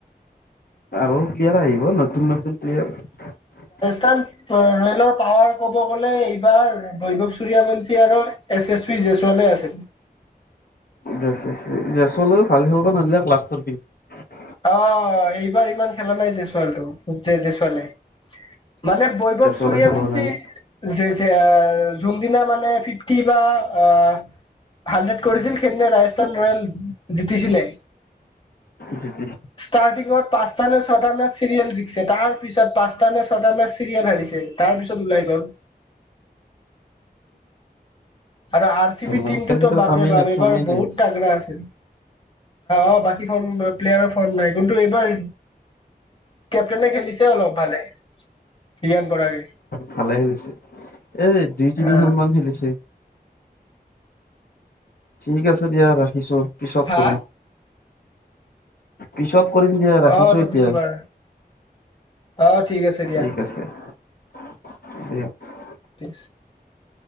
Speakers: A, on the left (about 70°); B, on the left (about 30°).
A: আৰু প্লিয়াৰ আহিব নতুন নতুন প্লিয়াৰ।
B: তান ৰ - ৰয়েলৰ পাৱাৰ ক'ব গ'লে। <unintelligible> বৈভৱ চুৰীয়বঞ্চি আৰু এছ এছ পি জয়চৱালে আছিল।
A: জচচ ভি, জয়চৱালেও ভাল খেলবা নইল্লাক লাষ্টৰ দেখি।
B: অ' এইবাৰ ইমান খেলা নাই জয়চৱালটো জে - জয়চৱালে। মানে বৈভৱ
A: জেছলে
B: চুৰিয়বঞ্চি
A: খেলোৱা নাই ন
B: জে <unintelligible> যোনদিনা মানে ফিফটি বা আ - হাণ্ড্ৰেড কৰিছিল, সেইদনা ৰাজস্থান ৰয়েল জি - জিতিছিলে।
A: জিতিছি
B: ষ্টাৰ্টিঙত পাঁচটা নে ছটা মেচ চিৰিয়েল জিকছে তাৰ পিছত পাঁচটা নে ছয়টা মেচ চিৰিয়েল হাৰিছে তাৰ পিছত ওলাই গ'ল। আৰু আৰ চি
A: তোমাৰ
B: বিত টিমতটো
A: কেইটাৰ
B: বাপৰে
A: কামেই
B: বাপ
A: নাই
B: এইবাৰ
A: শ্ৰমেই
B: বহুত
A: নাই
B: তাগৰা আছিল। অ' বাকী ফৰ্ম প্লেয়াৰৰ ফৰ্ম নাই কিন্তু এইবাৰ কেপটেনে খেলিছে অলপ ভালে ৰিয়ান পৰাগে।
A: ভালে খেলিছে, এই দুই তিনিখনমান
B: অ
A: খেলিছে। ঠিক আছে দিয়া ৰাখিছো। পিছত
B: হা
A: কৰিম। পিছ ছত কৰিম দিয়া ৰাখিছো
B: অ চৌব্বিছ
A: এতিয়া।
B: অভাৰ অ' আছে
A: ঠিক
B: দিয়া
A: আছে। <unintelligible>
B: <unintelligible>